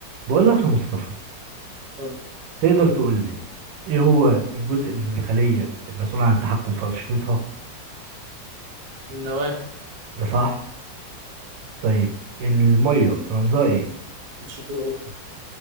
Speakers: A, on the right; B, on the right.
A: بقول لك يا مصطفى
B: حلو.
A: تقدر تقول لي ايه هو الجزء اللي من الخلية المسؤول عن التحكم في أنشطتها
B: النواة
A: ده صح طيب المية رمزها ايه
B: شكله